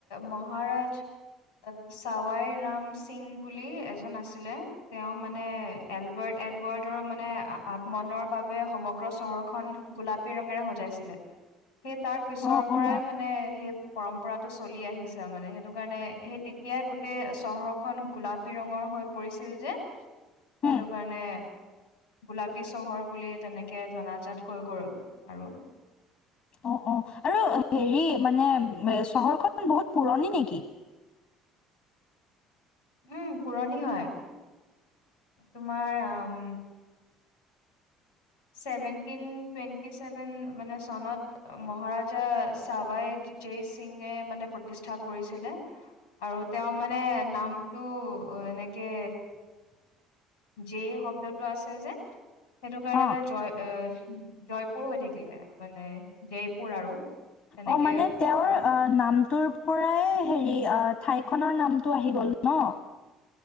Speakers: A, on the left; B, on the left.
A: মহাৰাজ চাৱাই ৰাম সিং বুলি এজন আছিলে, তেওঁ মানে এলবাৰ্ট এডাবৰ্ডৰ মানে আগমনৰ বাবে সমগ্ৰ চহৰখন গোলাপী ৰঙেৰে সজাইছিলে। সেই তাৰ পিছৰ
B: অ',
A: পৰাই
B: অ'।
A: মানে সেই। পৰম্পৰাতটো চলি আহিছে মানে, সেইটো কাৰণে সেই তেতিয়াই গোটেই চহৰ খন গোলাপী ৰঙৰ হৈ পৰিছিল যে সেইটো
B: উম,
A: কাৰণে। গোলাপী চহৰ বুলি তেনেকে জনাজাত হৈ গ'ল, আৰু।
B: অ' অ' আৰু হেৰি মানে চহৰখন বহুত পুৰণি নেকি?
A: উম, পুৰণি হয়, তোমাৰ উম। চেভেন টিন টুৱেন্টি চেভেন মানে চনত মহাৰাজা চাবাই জেই সিঙে মানে প্ৰতিষ্ঠা কৰিছিলে আৰু তেওঁ মানে নামটো অ' এনেকে
B: <inaudible>
A: যেই শব্দটো আছে যে সেইটো কাৰণে
B: অ'।
A: মানে জয় জয়পুৰ হৈ থাকিলে মানে জয়পুৰ আৰু তেনেকে
B: অ' মানে তেওঁৰ
A: কয়
B: অ' নাম তোৰ পৰাই হেৰি অ ঠাইখনৰ নামটো আহি গ'ল ন।